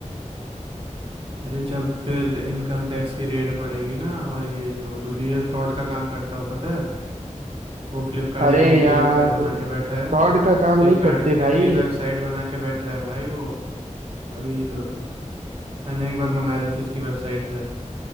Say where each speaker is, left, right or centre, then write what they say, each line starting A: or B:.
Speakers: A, on the right (about 45°); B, on the right (about 70°).
A: अरे जब फिर इनकम टैक्स की रेड पड़ेगी ना और ये जो जो भी ये फ्रॉड का काम करता हो पता है वो फ्लिपकार्ट
B: अरे
A: की नकली
B: यार
A: वेबसाइट बना के बैठा है
B: फ्रॉड का काम
A: फ्लिपकार्ट
B: नहीं करते
A: की नकली
B: भाई
A: वेबसाइट बना के बैठा है भाई वो अभी तो, तो मैंने एक बार मंगा दी थी उसकी वेबसाइट से